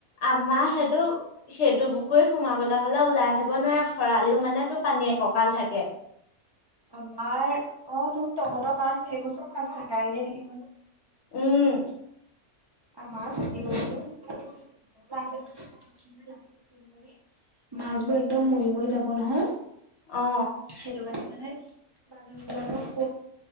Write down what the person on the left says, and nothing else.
আমাৰ সেইটো সেইটো পুখুৰীত সোমাবলৈ হলে ওলাই আহিব নোৱাৰে খৰালিও মানে তো পানী একঁকাল থাকে।
উম,,
অ,,